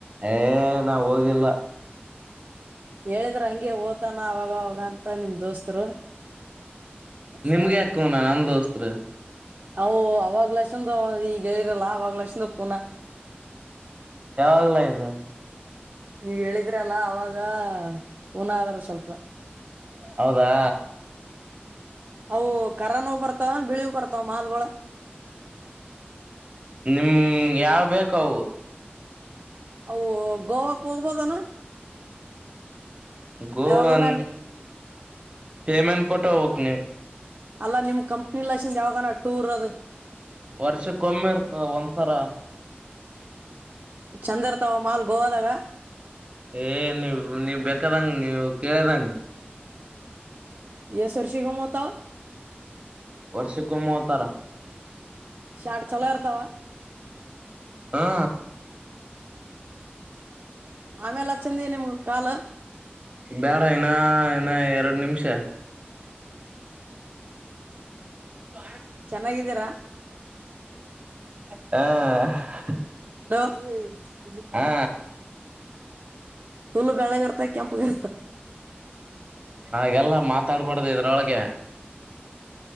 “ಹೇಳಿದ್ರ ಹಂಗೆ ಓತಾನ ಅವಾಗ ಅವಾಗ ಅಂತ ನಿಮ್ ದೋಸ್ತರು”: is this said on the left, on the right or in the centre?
Right